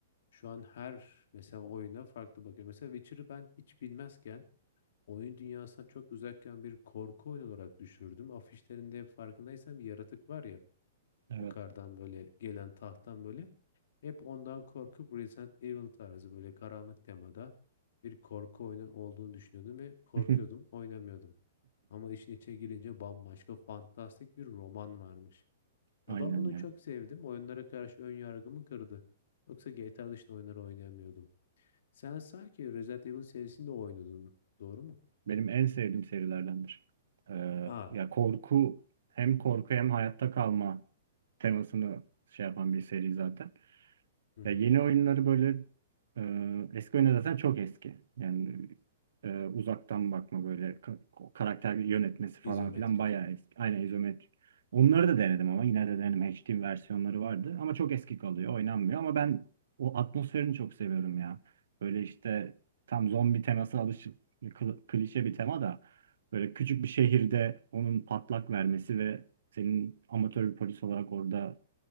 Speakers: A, on the left (about 60°); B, on the right (about 75°).
A: Şu an her mesela oyuna farklı bakıyorum. Mesela Witcher'ı ben hiç bilmezken oyun dünyasına çok uzakken bir korku oyunu olarak düşürdüm. Afişlerinde hep farkındaysam bir yaratık var ya
B: Evet.
A: yukarıdan böyle gelen tahttan böyle hep ondan korkup Resident Evil tarzı böyle karanlık temada bir korku oyunu olduğunu düşünüyordum ve korkuyordum,
B: <laughs>
A: oynamıyordum. Ama işin içine girince bambaşka fantastik bir roman varmış.
B: Aynen
A: Ve ben bunu
B: ya.
A: çok sevdim. Oyunlara karşı ön yargımı kırdı. Yoksa GTA dışında oyunları oynayamıyordum. Sen sanki Resident Evil serisinde oynuyordun, doğru mu?
B: Benim en sevdiğim serilerdendir. Ee,
A: Aa,
B: ya korku hem korku hem hayatta kalma temasını şey yapan bir seri zaten.
A: hı
B: Ya
A: hı.
B: yeni oyunları böyle e, eski oyunlar zaten çok eski. Yani e, uzaktan bakma böyle ka- karakter yönetmesi falan
A: İzometrik.
B: filan bayağı eski. Aynen izometrik. Onları da denedim ama yine de denedim. HD versiyonları vardı ama çok eski kalıyor. Oynanmıyor ama ben o atmosferini çok seviyorum ya. Böyle işte tam zombi teması alışık kli- klişe bir tema da böyle küçük bir şehirde onun patlak vermesi ve senin amatör bir polis olarak orada